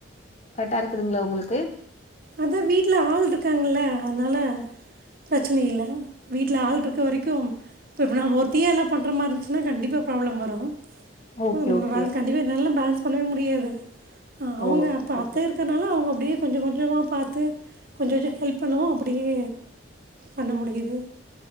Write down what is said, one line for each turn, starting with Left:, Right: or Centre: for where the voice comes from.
Left: கரெக்ட் அ க்குதுங்களா உங்களுக்கு
Right: அதான் வீட்டுல ஆள் இருக்காங்கல்ல அதுனால பிரச்சனை இல்லை வீட்டில் ஆள் இருக்க வரைக்கும் இப்பப்ப நாம் ஒத்தையாக எல்லாம் பண்ற மாதிர இருந்துச்சுன்னா கண்டிப்பாக ப்ராப்ளம் வரும்
Left: ஓகே
Right: நம்ம
Left: ஓகே
Right: வாழ கண்டிப்பா வெல்ல பண்ணவே முடியாது அவங்க
Left: ஓகே
Right: அப்ப
Left: ஓகே
Right: அத்தை இருக்கறனால அவங்க அப்படியே கொஞ்சம் கொஞ்சமாக பார்த்து கொஞ்ச கொஞ்ச ஹெல்ப் பண்ணவும் அப்புடியே பண்ண முடியுது